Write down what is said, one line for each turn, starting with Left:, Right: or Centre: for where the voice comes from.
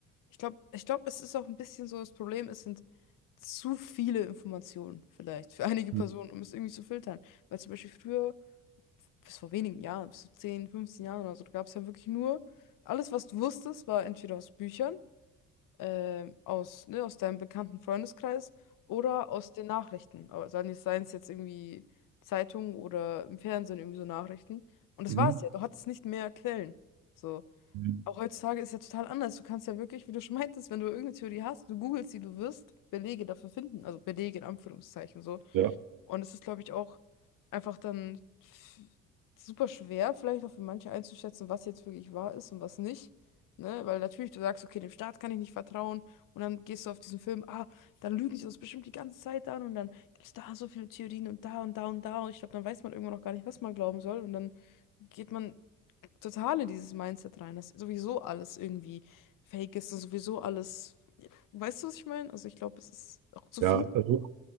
Left: ich glaube, ich glaube, es ist auch ein bisschen so das Problem, es sind zu viele Informationen vielleicht für einige Personen,
Right: Mhm.
Left: um es irgendwie zu filtern. Weil zum Beispiel früher bis vor wenigen Jahren, bis zu 10, 15 Jahren oder so, da gab es ja wirklich nur, alles, was du wusstest, war entweder aus Büchern, ähm, aus, ne, aus deinem bekannten Freundeskreis oder aus den Nachrichten. Aber seien es seien es jetzt irgendwie Zeitungen oder im Fernsehen irgendwie so Nachrichten. Und das
Right: Mhm.
Left: war es ja, du hattest nicht mehr Quellen. So.
Right: Mhm.
Left: Auch heutzutage ist ja total anders. Du kannst ja wirklich, wie du schon meintest, wenn du irgendeine Theorie hast, du googelst sie, du wirst Belege dafür finden. Also Belege in Anführungszeichen so.
Right: Ja,
Left: Und es ist, glaube ich, auch einfach dann f- super schwer, vielleicht auch für manche einzuschätzen, was jetzt wirklich wahr ist und was nicht. Ne? Weil natürlich du sagst, okay, dem Staat kann ich nicht vertrauen. Und dann gehst du auf diesen Film, ah, dann lügen sie uns bestimmt die ganze Zeit an. Und dann gibt es da so viele Theorien und da und da und da. Und ich glaube, dann weiß man irgendwann auch gar nicht, was man glauben soll. Und dann geht man total in dieses Mindset rein, dass sowieso alles irgendwie fake ist und sowieso alles. Weißt du, was ich meine? Also ich glaube, es ist auch zu
Right: ja,
Left: viel.
Right: also